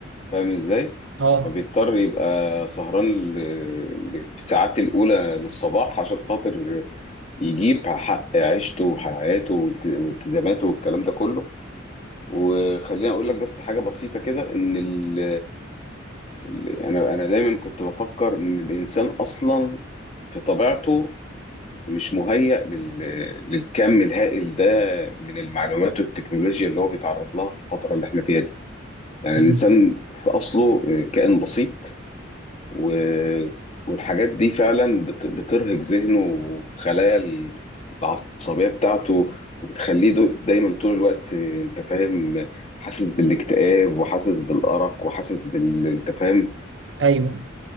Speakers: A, on the left; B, on the right.
A: فاهم ازاي؟
B: اه
A: فبيضطر يبقى سهران ل- للساعات الأولى للصباح عشان خاطر يجيب حق عيشته وحياته والت- والتزاماته والكلام ده كله وخليني أقول لك بس حاجة بسيطة كده إن ال... ال- أنا أنا دايما كنت بفكر إن الإنسان أصلا في طبيعته مش مهيأ لل... للكم الهائل ده من المعلومات والتكنولوجيا اللي هو بيتعرض لها في الفترة اللي احنا فيها دي يعني
B: مم.
A: الإنسان في أصله كائن بسيط و... والحاجات دي فعلا بت... بترهق ذهنه وخلايا ال- العصبية بتاعته وبتخليه دو... دايما طول الوقت آه، انت فاهم حاسس بالاكتئاب وحاسس بالأرق وحاسس بال انت فاهم
B: ايوه